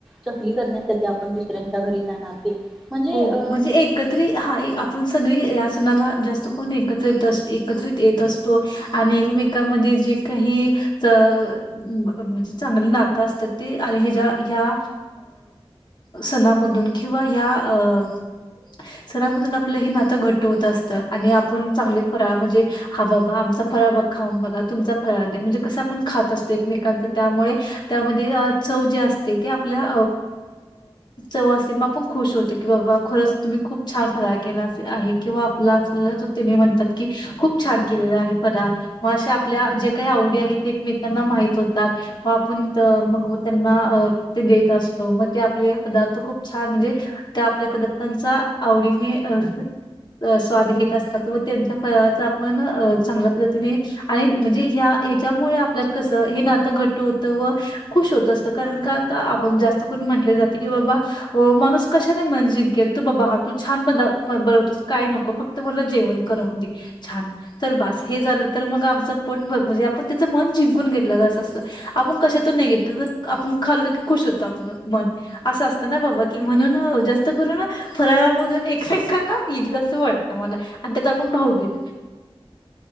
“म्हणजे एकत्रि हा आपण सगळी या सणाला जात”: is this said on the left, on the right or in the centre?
Left